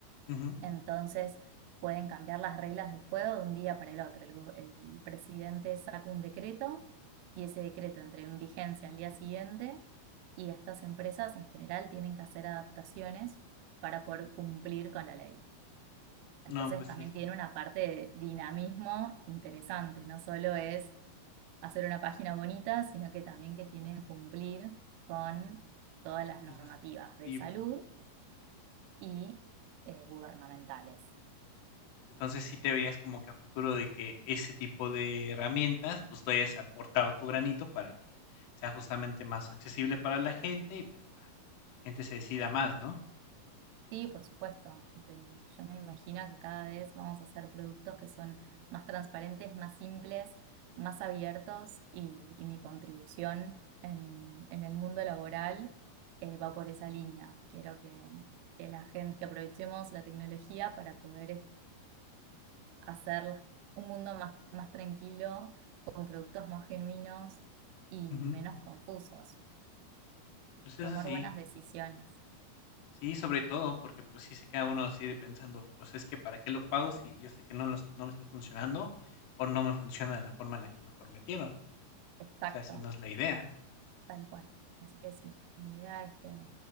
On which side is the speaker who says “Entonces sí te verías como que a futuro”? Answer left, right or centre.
Left